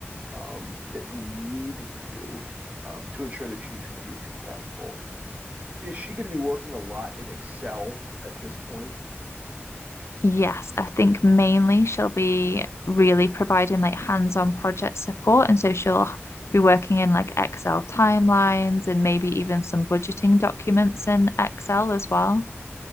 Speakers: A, on the right; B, on the left.
A: um, that we need to um, to ensure that she's going to be successful. Is she going to be working a lot in Excel at this point?
B: Yes, I think mainly she'll be really providing like hands-on project support. And so she'll be working in like Excel timelines and maybe even some budgeting documents in Excel as well.